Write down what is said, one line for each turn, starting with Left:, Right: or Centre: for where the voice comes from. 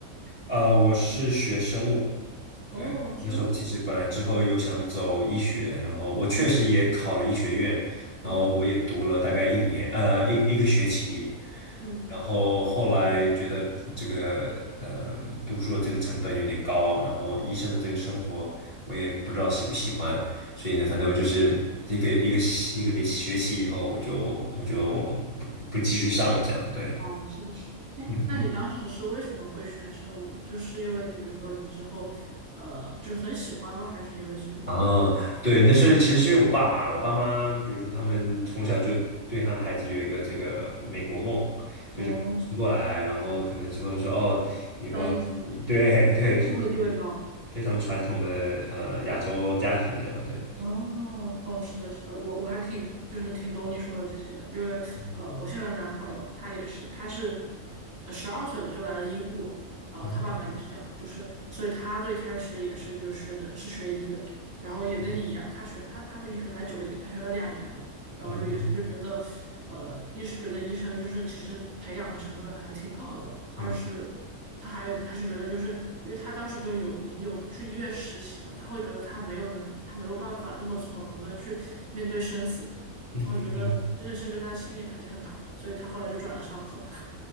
Left: 呃，我是学生物。
Right: 哦，
Left: 对，
Right: 生物。
Left: 那时候其实本来之后又想走医学，然后我确实也考了医学院，
Right: 嗯，
Left: 然后我也读了大概一年，
Right: 哦，
Left: 呃，一一个学期，
Right: 嗯，
Left: 然后后来觉得这个，呃，读书的这个成本有点高，然后医生的这个生活我也不知道喜不喜欢，所以呢，反正我就是一个一个一个学期以后，我就我就不不继续上了，这样，对，
Right: 哦，是的，是的。哎，
Left: 嗯嗯
Right: 那你当时是为什么会选生物呢？就是因为你比如说你之后，呃，就是很喜欢吗？还是因为什么原因？
Left: 啊，对，那是其实是因为我爸妈，我爸妈，比如说他们从小就对他的孩子有一个这个美国梦，就是把我送过来，
Right: 哦，
Left: 然后可能之后说哦，以后
Right: 当医生，
Left: 对对，
Right: 嗯，
Left: 就是
Right: 社会地位高。
Left: 非常传统的呃亚洲家庭这样，对，
Right: 哦哦，是的，是的，我我还挺就是挺懂你说的这些的，因为呃，
Left: 嗯
Right: 我现在的男朋友他也是，他是呃十二岁吧就来了英国，然后他爸妈也是这样的，
Left: 嗯
Right: 就是所以他最开始也是就是学的是学医的，然后也跟你一样，
Left: 嗯
Right: 他学他他比你学的还久一点，他学了两年吧。然后就也是就觉得，
Left: 嗯
Right: 呃，一是觉得医生就是其实培养的成本还挺高的，
Left: 嗯，
Right: 二是他还有一点，他是觉得就是因为他当时就有已经有去医院实习了，他会觉得他没有能，他没有办法那么从容的去面对生死，
Left: 嗯嗯
Right: 他会觉得这件事情对他的心理打击很大，所以他后来就转了上课。<laughs>